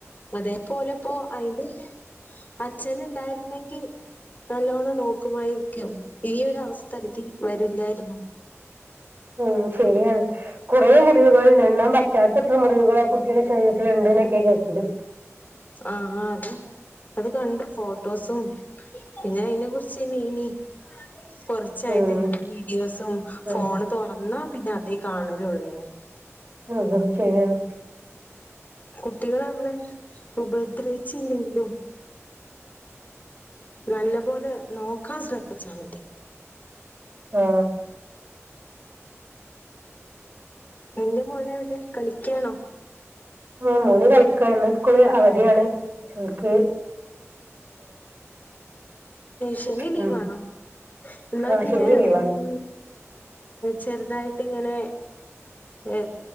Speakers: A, on the left; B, on the right.
A: അതേ പ്പോലെത്ത അയിൻ്റെ അച്ഛനുണ്ടായിരുന്നെങ്കിൽ നല്ലോണം നോക്കുമായിരിക്കും ഈ ഒരു അവസ്ഥ ഇതിന് വരില്ലായിരുന്നു
B: ഉം ശരിയാണ് കുറേ മുറിവുകളില്ലല്ലോ? പറ്റാത്തട്ടമുറിവുകൾ ആ കുട്ടിയുടെ ശരീരത്തിലുണ്ട്എന്നൊക്കെയാ കേട്ടത്
A: ആ ആഅത് അത് കണ്ടു ഫോട്ടോസും പിന്നെ അതിനെ കുറിച്ച് നീനി കൊറച്ചായിട്ട്
B: ഉം
A: വീഡിയോസും
B: ഉം
A: ഫോണ് തുറന്നാ പിന്നെ അതേ കാണലുള്ളുന്നെ
B: ഉം ഉം ശരിയാണ്
A: കുട്ടികളെ നമ്മള് ഉപദ്രവിച്ചില്ലെങ്കിലും നല്ല പോലെ നോക്കാൻ ശ്രമിച്ചാൽ മതി.
B: ആ
A: എന്റെ മോനെവിടെകളിക്കാണോ?
B: ആ മൂന്ന് കളിക്കാണ്സ്കൂള് അവധിയാണ്. സ്കൂൾക്ക്
A: ശനി ലീവാണോ?
B: ഉം
A: എന്നാ
B: ആ
A: പിന്നെ
B: ശനി ലീവാണ്
A: ഉം ചെറുതായിട്ട് ഇങ്ങനെ ഏ